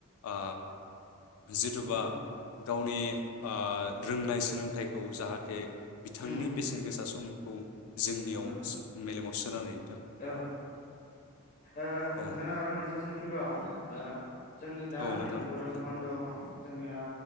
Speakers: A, on the left; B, on the left.
A: ओ जिथुबा
B: औ
A: गावनि ओ रोंनाय सोलों थाइखौ जाहाथे बिथांनि
B: उम
A: बेसेन गोसा सम ओं जोंनियाव
B: नंगौ
A: मेलेमाव सोनानै
B: औ ओ नोंथांनाव
A: औ
B: आरो मोनसे सोंथिबाव ओ जोंनि दा
A: औ नोंथां
B: नै गरम
A: सोंलाय
B: बन्द' जोंनिया